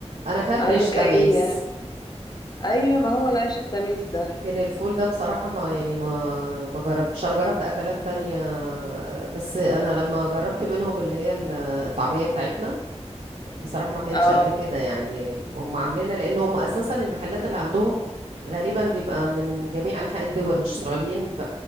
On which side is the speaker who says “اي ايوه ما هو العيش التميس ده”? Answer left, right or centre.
Left